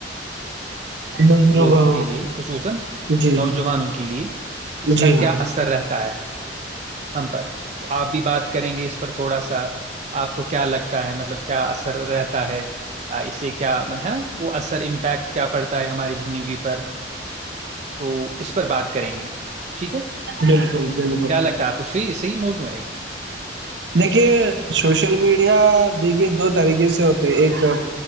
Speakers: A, on the right; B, on the right.
A: دس روپہ
B: لوگوں کے لیے خصوصا
A: جی
B: نوجوانوں کے لیے اس کا
A: جی
B: کیا
A: ہاں
B: اثر رہتا ہے ہم پر تو آپ بھی بات کریں گے اس پر تھوڑا سا آپ کو کیا لگتا ہے مطلب کیا اثر رہتا ہے اس سے کیا ہے نا وہ اثر امپیکٹ کیا پڑتا ہے ہماری زندگی پر تو اس پر بات کریں گے ٹھیک ہے
A: بالکل بالکل
B: کیا لگتا ہے آپ کو صحی صحی موزوں ہے یہ
A: دیکھیے سوشل دیکھیے دو طریقے سے ہوتے ایک